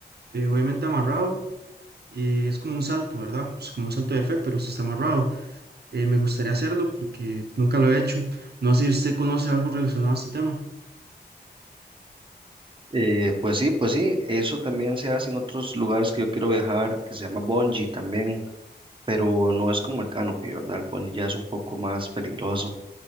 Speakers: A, on the right; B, on the right.
A: eh, obviamente amarrado, y es como un salto, ¿verdad? Es como un salto de fe, pero usted está amarrado eh, me gustaría hacerlo porque nunca lo he hecho. No sé si usted conoce algo relacionado a este tema.
B: Eh, pues sí, pues sí, eso también se hace en otros lugares que yo quiero viajar, que se llama bungee también, pero no es como el canopy, ¿verdad? El bungee ya es un poco más peligroso.